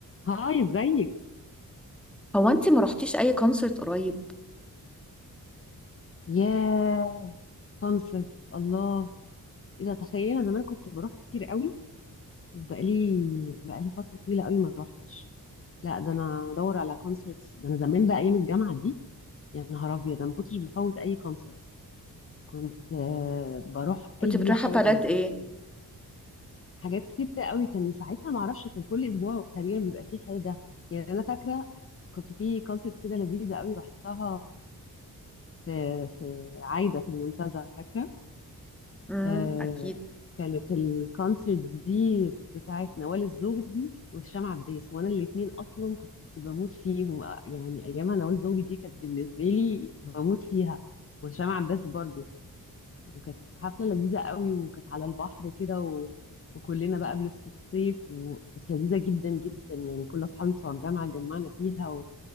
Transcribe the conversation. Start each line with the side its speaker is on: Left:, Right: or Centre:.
Left: هاي ازيك
Centre: هو انت ما رحتيش اي كونسرت قريب
Left: ياه كونسرت الله اذا تخيلنا زمان كنت بروح كتير قوي وبقالي بقالي فتره طويله قوي ما روحتش لا ده انا ادور على كونسرتس ده انا زمان بقى ايام الجامعه دي يا نهار ابيض ده ما كنتش بفوت اي كونسرت كنت آه، بروح
Centre: كنت
Left: اي
Centre: بتروحي
Left: حاجه
Centre: حفلات
Left: انا
Centre: ايه
Left: يعني حاجات كتير قوي كان ساعتها ما اعرفش كان كل اسبوع تقريبا بيبقى فيه حاجه يعني انا فاكره كنت في كونسرت كده لذيذه قوي رحتها في في عايده في المنتزه فاكره
Centre: امم
Left: آه
Centre: اكيد
Left: كانت الكونسرت دي بتاعت نوال الزغبي وهشام عباس وانا الاتنين اصلا كنت بموت فيهم آه، يعني ايامها نوال الزغبي دي كانت بالنسبه لي بموت فيها وهشام عباس برضو وكانت حفله لذيذه قوي وكانت على البحر كده و... وكلنا بقى بلبس الصيف وكانت لذيذه جدا جدا يعني كل اصحابي بتوع الجامعه اتجمعنا فيها